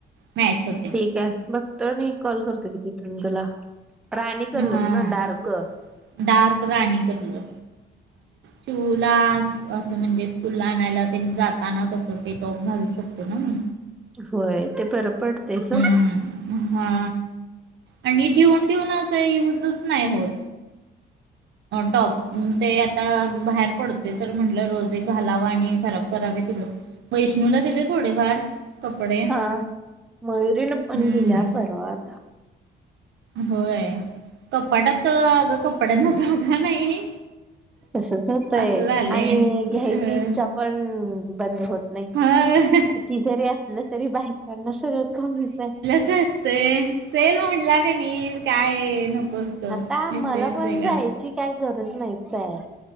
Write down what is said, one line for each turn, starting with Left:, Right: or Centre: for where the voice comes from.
Right: मॅच होत.
Centre: ठीक आहे बघतो आणि कॉल करतो किती तुम तला राणी कलर
Right: हा
Centre: ना डार्क.
Right: डार्क राणी कलर. चिवुला असं म्हणजे स्कूल ला आणायला ते जाताना कसं ते टॉप घालू शकतो. ना.
Centre: होय ते बरं पडते स
Right: हा आणि ठेवून ठेवून अस युजच नाही होत. टॉप ते आता बाहेर पडतोय तर म्हटलं रोज एक घालावा आणि खराब करावे त वैष्णूला दिले थोडेफार कपडे.
Centre: ह मयुरीने पण
Right: हम्म
Centre: दिल्या परवा आता.
Right: होय कपाटात अग कपड्यांना जागा नाही.
Centre: तसच होतय
Right: असं झालंय.
Centre: आणि घ्यायची
Right: अ
Centre: इच्छा पण बंद होत. नाही
Right: हा
Centre: ती जरी असलं तरी बायकांना सगळं कमीच आहे.
Right: असतय सेल म्हणला का नाय काय नको
Centre: आता आम्हाला
Right: विषयच
Centre: पण
Right: वेगळा
Centre: जायची
Right: होता.
Centre: काय गरज नाहीच आहे